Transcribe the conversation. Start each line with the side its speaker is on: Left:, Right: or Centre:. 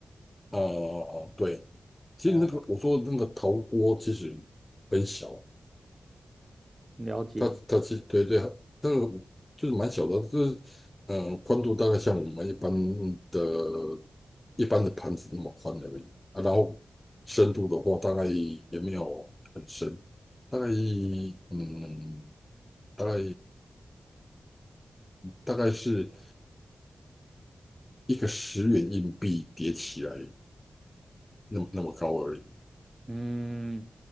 Left: 哦哦哦，对，其实那个我说的那个陶锅其实
Right: 哦。
Left: 很小，
Right: 了解，
Left: 它它其实对对，那个就是蛮小的，就是嗯，宽度大概像我们一般的一般的盘子那么宽而已啊。然后深度的话，大概也没有很深，大概嗯，大概大概是一个十元硬币叠起来那么那么高而已。
Right: 嗯，